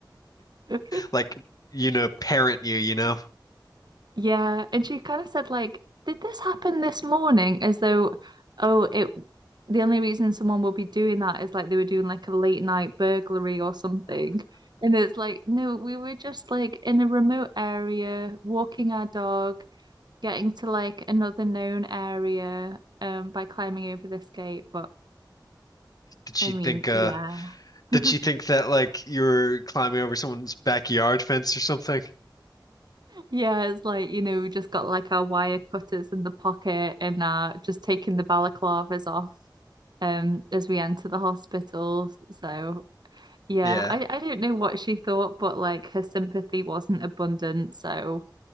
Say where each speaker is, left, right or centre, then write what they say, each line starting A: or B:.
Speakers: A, on the right (about 60°); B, on the left (about 50°).
A: <laughs>
B: like you know parent you, you know.
A: yeah. And she kind of said, like, Did this happen this morning? As though, oh, it, the only reason someone would be doing that is like they were doing like a late night burglary or something. And it's like, no, we were just like in a remote area walking our dog getting to like another known area um by climbing over this gate, but
B: Did she
A: I mean,
B: think uh
A: yeah. <laughs>
B: did she think that like you were climbing over someone's backyard fence or something?
A: Yeah, it's like, you know, we just got like our wire cutters in the pocket and uh just taking the balaclavas off um as we enter the hospital. So yeah,
B: Yeah.
A: I, I don't know what she thought, but like her sympathy wasn't abundant, so